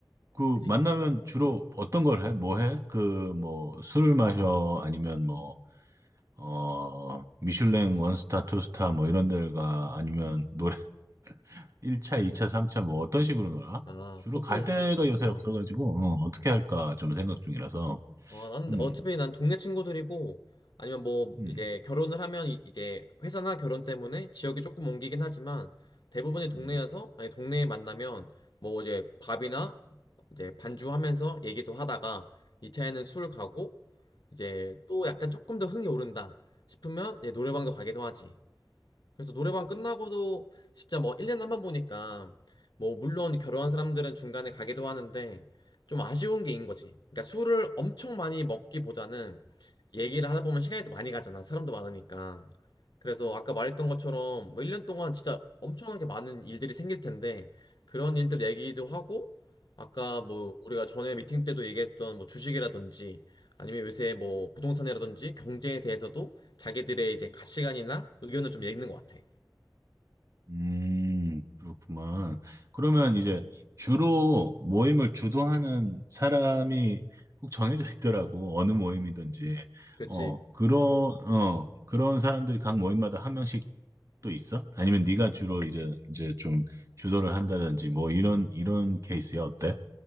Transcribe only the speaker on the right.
그
만나면 주로 어떤 걸 해? 뭐 해? 그 뭐 술을 마셔? 아니면 뭐 어, 미슐랭 원스타, 투스타 뭐 이런 데를 가? 아니면 노래 <laughs> 1차, 2차, 3차 뭐 어떤 식으로 놀아?
주로
갈 데가 요새
없어가지고 어, 어떻게 할까 좀 생각 중이라서.
음.
음.
응응응응응응응응응응응응응응응응응응응응응응응응응응응응응응응응응응
음, 그렇구만. 그러면 이제 주로 모임을 주도하는 사람이 꼭 정해져 있더라고. 어느 모임이든지.
어,
그런, 어, 그런 사람들이 각 모임마다 한 명씩 또 있어? 아니면 네가 주로 이제, 이제 좀 주도를 한다든지 뭐 이런, 이런 케이스야. 어때?